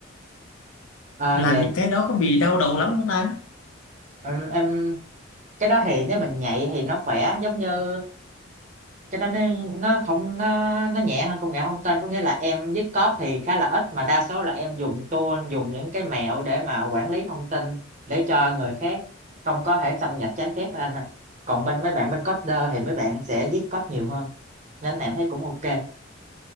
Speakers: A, on the right; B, on the left.
A: Ờ,
B: làm
A: về
B: những cái đó có bị đau đầu lắm không ta
A: em, em cái đó thì nếu mình nhạy thì nó khỏe giống như cái đó nó nó không nó nó nhẹ hơn công nghệ thông tin có nghĩa là em viết code thì khá là ít mà đa số là em dùng tool dùng những cái mẹo để mà quản lý thông tin để cho người khác không có thể xâm nhập trái phép anh ạ. còn bên mấy bạn bên coder thì mấy bạn sẽ viết code nhiều hơn nên em thấy cũng ok